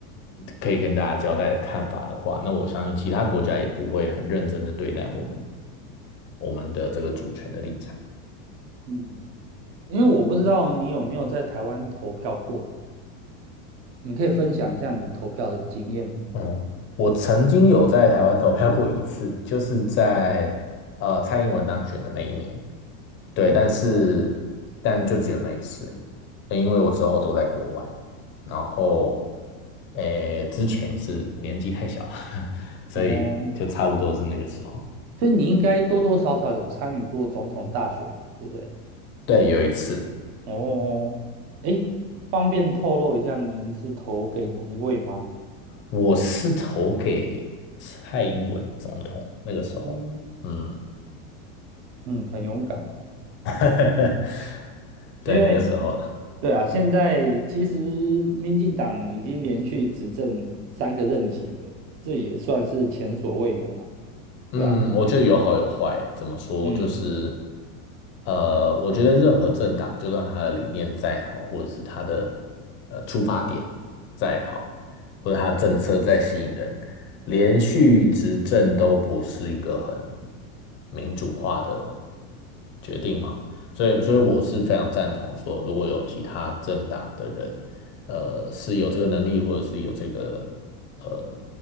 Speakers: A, on the left; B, on the right.
A: 可以跟大家交代的看法的话，那我相信其他国家也不会很认真的对待我们我们的这个主权的立场。
B: 嗯，因为我不知道你有没有在台湾投票过，你可以分享一下你投票的经验吗？
A: 嗯，我曾经有在台湾投票过一次，就是在呃蔡英文当选的那一年，对，
B: 哦。
A: 但是但就只有那一次而已因为我之后都在国外，然后诶之前是年纪太小，<laughs> 所以就差不多是那个时候。
B: 哦，所以你应该多多少少有参与过总统大选，对不对？
A: 对，有一次，
B: 哦，诶，方便透露一下您是投给哪一位吗？
A: 我是投给蔡英文总统那个时候，
B: 哦，
A: 嗯，
B: 嗯，很勇敢，
A: <laughs>
B: 因为
A: 对，那个时候了。
B: <laughs> 对啊，现在其实民进党已经连续执政三个任期了，这也算是前所未有了，对啊，
A: 嗯，我觉得有好有坏欸。怎么说？
B: 嗯
A: 就是，呃，我觉得任何政党，就算他的理念再好，或者是他的呃出发点再好，或者他政策再吸引人，连续执政都不是一个很民主化的决定吗？所以，所以我是非常赞同说，如果有其他政党的人呃是有这个能力，或者是有这个呃